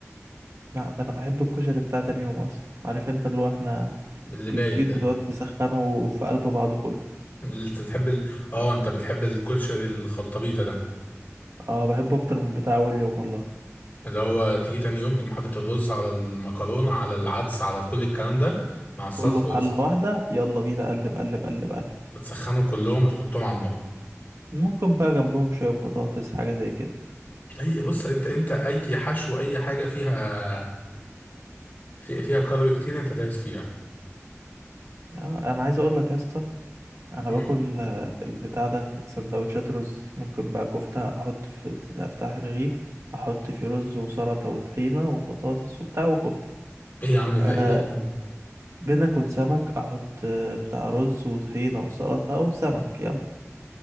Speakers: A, on the right; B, on the left.
A: لا ده انا بحب الكشري بتاع تاني يوم اصلا عارف انت اللي هو احنا
B: اللي بايت
A: بيفيد
B: ده
A: بتقعد تسخنه في قلب بعضه كله
B: اللي انت بتحب ال... اه انت بتحب الكشري الخلطبيطه ده
A: اه بحبه اكتر من بتاع اول يوم والله
B: اللي هو تيجي تاني يوم تقوم حاطط الرز على المكرونه على العدس على كل الكلام ده مع الصلصه
A: كله في
B: وتس...
A: حله واحده يلا بينا قلب قلب قلب قلب
B: وتسخنهم كلهم وتحطهم على النار
A: ممكن بقى جنبهم شويه بطاطس حاجه زي كده
B: اي بص انت انت اي حشو اي حاجه فيها في... فيها كارب كتير انت دايس فيها
A: آه، انا عايز اقول لك يا اسطى انا
B: مم.
A: باكل آه، البتاع ده سندوتشات رز ممكن بقى كفته احط في افتح الرغيف احط فيه رز وسلطه وطحينه وبطاطس وبتاع وكفته
B: ايه يا عم
A: أه
B: ده ايه يا عم ده
A: بناكل سمك احط آه، بتاع رز وطحينه وسلطه وسمك يلا